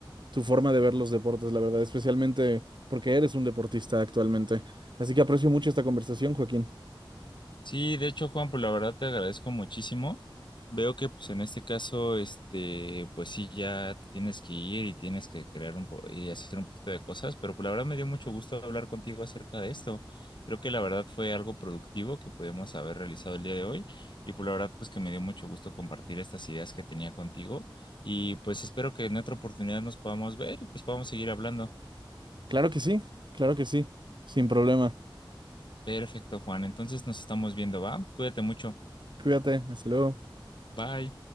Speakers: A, on the right (about 60°); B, on the left (about 60°).
A: tu forma de ver los deportes, la verdad, especialmente porque eres un deportista actualmente. Así que aprecio mucho esta conversación, Joaquín.
B: Sí, de hecho, Juan, pues la verdad te agradezco muchísimo. Veo que pues en este caso, este, pues sí, ya te tienes que ir y tienes que crear un po y hacer un poquito de cosas, pero pues la verdad me dio mucho gusto hablar contigo acerca de esto. Creo que la verdad fue algo productivo que pudimos haber realizado el día de hoy y pues la verdad pues que me dio mucho gusto compartir estas ideas que tenía contigo y pues espero que en otra oportunidad nos podamos ver y pues podamos seguir hablando.
A: Claro que sí, claro que sí, sin problema.
B: Perfecto, Juan. Entonces nos estamos viendo, ¿va? Cuídate mucho.
A: Cuídate, hasta luego.
B: Bye.